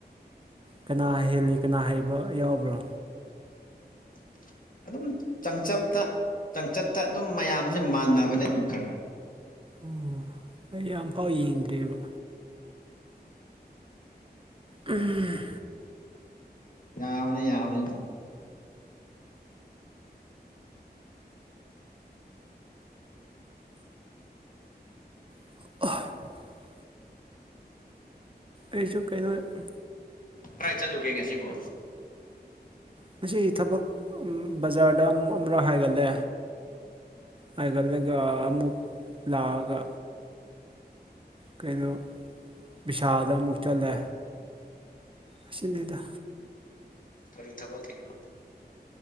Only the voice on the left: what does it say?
<inaudible> ꯑꯗꯨꯝ ꯆꯥꯡꯆꯞꯇ ꯆꯥꯡꯆꯠꯇ ꯑꯗꯨꯝ ꯃꯌꯥꯝꯁꯦ ꯃꯥꯟꯅꯕꯅꯦ ꯑꯗꯨꯝ ꯈꯔ ꯈꯔ
ꯌꯥꯕꯅꯦ ꯌꯥꯕꯅꯦ ꯑꯗꯨꯝ
ꯀꯥꯏ ꯆꯠꯂꯨꯒꯦ ꯉꯁꯤꯕꯣ
ꯀꯔꯤ ꯊꯕꯛ ꯀꯤꯅꯣ